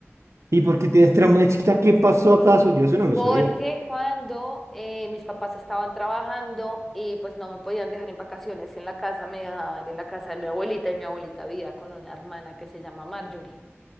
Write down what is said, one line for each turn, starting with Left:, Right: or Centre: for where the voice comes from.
Right: ¿Y por qué tienes trauma de chiquita? ¿Qué pasó acaso? Yo eso no lo
Centre: Porque
Right: sabía.
Centre: cuando eh, mis papás estaban trabajando y pues no me podían dejar en vacaciones en la casa, me dejaban en la casa de mi abuelita y mi abuelita vivía con una hermana que se llama Marjorie.